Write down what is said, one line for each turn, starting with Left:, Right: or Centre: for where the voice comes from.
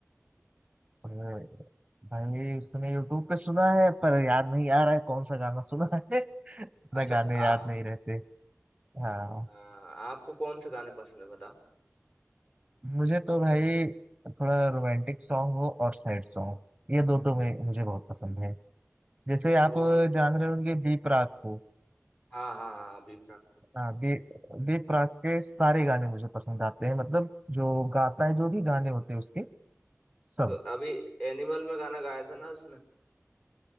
Right: और भाई उसने यूट्यूब पे सुना है पर याद नहीं आ रहा है कौन सा गाना सुना है <laughs>
Left: अच्छा
Right: ना गाने याद
Left: आप
Right: नहीं रहते हाँ
Left: आ, आपको कौन से गाने पसंद है बताओ
Right: मुझे तो भाई थोड़ा रोमांटिक सॉन्ग हो और सैड सॉन्ग ये दो तो मैं मुझे बहुत पसंद है जैसे
Left: तो
Right: आप जान रहे होंगे बी प्राक को
Left: हाँ हाँ हाँ अभी प्राक को
Right: हाँ बी बी प्राक के सारे गाने मुझे पसंद आते हैं मतलब जो गाता है जो भी गाने होते हैं उसके सब
Left: तो अभी एनिमल में गाना गाया था ना उसने